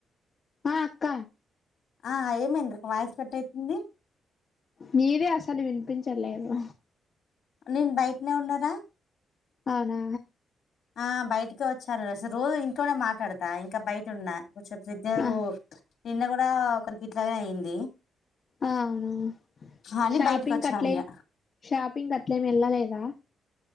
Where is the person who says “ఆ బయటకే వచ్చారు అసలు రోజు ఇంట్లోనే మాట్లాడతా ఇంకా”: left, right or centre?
Left